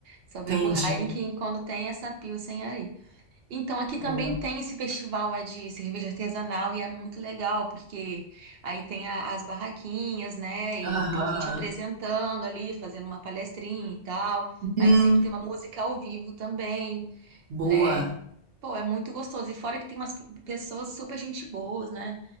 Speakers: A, on the right; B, on the right.
A: Só bebo
B: Entendi.
A: Heineken quando tem essa Pilsen aí. Então, aqui também
B: Boa.
A: tem esse festival é, de cerveja artesanal e é muito legal, porque aí tem a- as barraquinhas, né? E
B: Aham.
A: tem gente apresentando ali, fazendo uma palestrinha e tal.
B: Hum,
A: Aí sempre tem uma música ao vivo também,
B: boa.
A: né? Pô, é muito gostoso. E fora que tem umas pe- pessoas super gente boas, né?